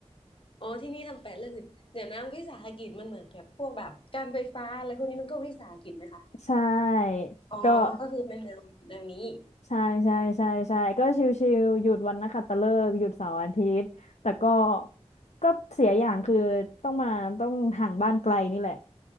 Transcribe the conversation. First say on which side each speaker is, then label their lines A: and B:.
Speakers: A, on the left; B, on the left.
A: อ๋อที่นี่ทำแปดเรื่องหนึ่งเดี๋ยวนะวิสาหกิจมันเหมือนแบบพวกแบบการไฟฟ้าอะไรพวกนี้มันก็วิสาหกิจไหมคะ
B: <laughs> ใช่
A: อ๋อก็คือเป็นแนวแนวนี้
B: ก็ ใช่ใช่ใช่ใช่ก็ชิวๆหยุดวันนักขัตฤกษ์หยุดเสาร์อาทิตย์แต่ก็ก็เสียอย่างคือต้องมาต้องห่างบ้านไกลนี่แหละ